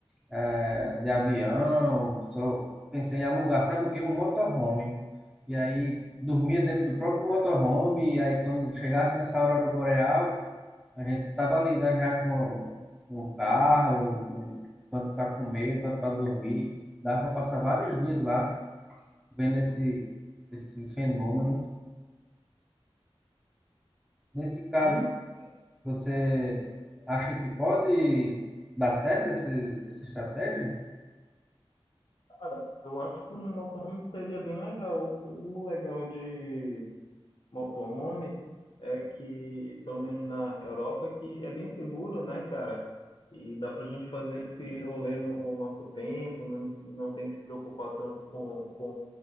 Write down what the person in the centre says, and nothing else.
eh, de avião. Só pensei em alugar, sabe o quê? Um motorhome. E aí dormia dentro do próprio motorhome. E aí quando chegasse nessa aurora boreal, a gente tava ali, né, já com, com o carro, com, quanto para comer, quanto para dormir. Dá para passar vários dias lá vendo esse, esse fenômeno. Nesse caso,
Você acha que pode dar certo esse, essa estratégia?